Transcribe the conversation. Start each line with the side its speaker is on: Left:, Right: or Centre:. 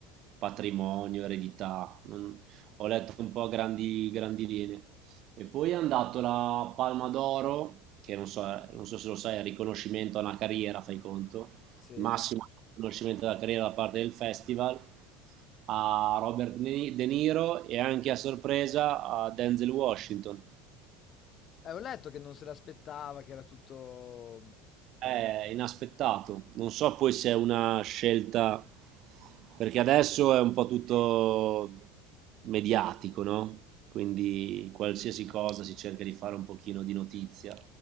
Right: patrimonio, eredità, non- ho letto un po' a grandi, grandi linee. E poi è andato la Palma d'Oro, che non so, non so se lo sai, è il riconoscimento a una carriera, fai conto,
Left: Sì?
Right: massimo riconoscimento della carriera da parte del festival, a Robert De Ni- De Niro e anche a sorpresa a Denzel Washington.
Left: Eh, ho letto che non se l'aspettava, che era tutto...
Right: È inaspettato, non so poi se è una scelta, perché adesso è un po' tutto mediatico, no? Quindi qualsiasi cosa si cerca di fare un pochino di notizia.